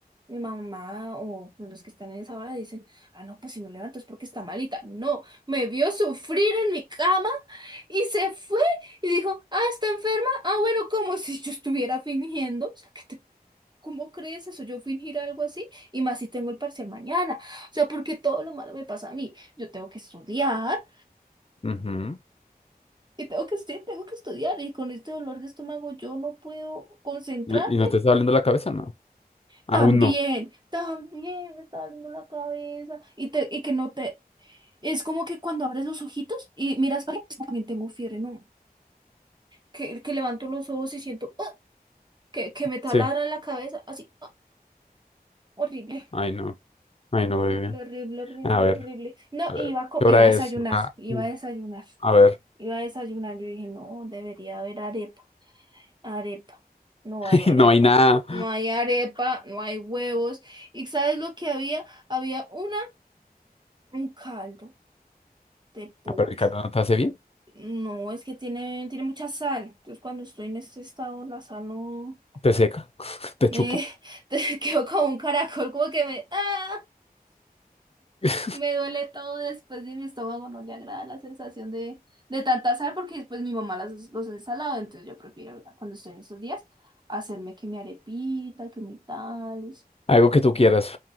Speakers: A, on the right; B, on the left.
A: mi mamá o pues, los que están en esa hora dicen, ah, no, pues si no levanto es porque está malita. No, me vio sufrir en mi cama y se fue y dijo, ah, está enferma. Ah, bueno, como si yo estuviera fingiendo. O sea, ¿qué te- ¿cómo crees eso? Yo fingir algo así y más si tengo el parcial mañana. O sea, porque todo lo malo me pasa a mí. Yo tengo que estudiar.
B: Ujú.
A: Y tengo que estudiar, tengo que estudiar. Y con este dolor de estómago yo no puedo concentrarme.
B: ¿Y y no te está doliendo la cabeza? No. Aún
A: También,
B: no.
A: también me está doliendo la cabeza. Y, te, y que no te, Es como que cuando abres los ojitos y miras para atrás, también tengo fiebre, ¿no? Que, que levanto los ojos y siento ¡ah! que, que me taladra
B: Sí.
A: en la cabeza, así, ¡ah! horrible,
B: Ay, no. Ay, no, bebé.
A: horrible, horrible, horrible,
B: A ver.
A: horrible. No,
B: A
A: iba
B: ver.
A: a, co-
B: ¿Qué
A: iba
B: hora
A: a desayunar,
B: es? Ah,
A: iba
B: mm,
A: a desayunar,
B: a ver.
A: iba a desayunar. Yo dije, no, debería haber arepa, arepa, no
B: <laughs>
A: hay arepa.
B: No hay nada.
A: No hay arepa, no hay huevos. ¿Y sabes lo que había? Había una, un caldo de pollo.
B: Ah, pero el caldo no te hace bien.
A: No, es que tiene, tiene mucha sal. Entonces, cuando estoy en este estado, la sal no
B: Te seca. <laughs> Te
A: me
B: chupa.
A: <laughs> te quedo como un caracol, como que me ¡ah!
B: <laughs>
A: me duele todo después y mi estómago no le agrada la sensación de, de tanta sal, porque después mi mamá las, los ensalado, entonces yo prefiero cuando estoy en estos días hacerme que mi arepita, que mi tales.
B: Algo que tú quieras,